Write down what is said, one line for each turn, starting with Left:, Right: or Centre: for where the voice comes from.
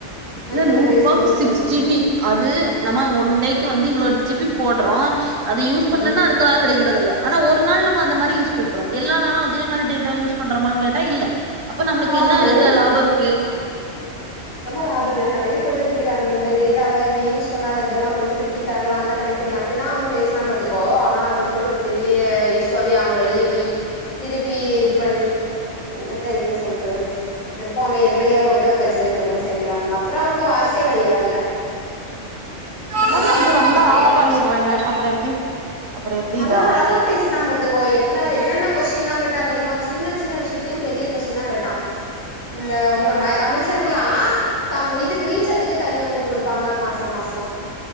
Left: நேத்து
Right: இல்ல
Left: இதுல
Right: நூறுபாக்கு
Left: பேசும்போது ஒருத்தவங்க
Right: சிக்ஸ்
Left: சொன்னாங்க
Right: ஜி பி அது நம்ம ஒன் டேக்கு வந்து இவ்ளோ ஜி பி போட்றோ அது யூஸ் பண்லனா
Left: ம்
Right: அடுத் த்த நாள் கெடைக்றதுல்ல ஆனா ஒரு நாள் நம்ம அந்த மாரி யூஸ் பண்றோ எல்லா நாளு அதே மாரி டேட்டா யூஸ் பண்றமான்னு கேட்டா இல்ல அப்ப நம்மளுக்கு
Left: ஆமா
Right: என்ன இதுல லாப இருக்கு
Left: த்தமா லாபல்ல நெறையா கொள்ள அடிக்கிறானுங்க இந்த டேட்டாவ இந்த யூஸ் பண்ணாத இதெல்லா கொண்டு திருப்பி தர்லால கனெக்ட் பண்ணி அப் அப்டிதா அவ பேசுனா பாத்துக்கோ ஆனா அத வந்துட்டு ஒரு பெரிய இஷ்வாவே அவ வெளிய போயி திருப்பி இது பண்ணி என்னத்த இத சொல்றது திருப்போ அவ எதுலயோ எதோ ஒரு கட்ச் சிலே திரும்பவு சேர்ந்துடாம் அப்றோ அவனுக்கு வாய்சே வெளிய வர்ல ஒரு
Right: இருந்தாலு
Left: நாள்
Right: இப்டி வந்தா
Left: அவ பேரு
Right: ஆஃப் பண்ணிடுறாங்க அப்புறோ எப்டி அப்புறோ எப்டி
Left: நல்லா
Right: இதாவு
Left: அழகா பேசுனா பாத் துக்கோ என்ன என்னென்ன கொஷ்டின்லா கேட்டா தெரியுமா சின்ன சின்ன விஷ்யத்தையு பெரிய கொஷ்டினா கேட்டா இந்த உங்க மை அமித் துக்குலா சம் இதுக்கு ரீச்சார்ஜுக்கே தனி அமௌண்ட் குடுப்பாங்களா மாச மாசோ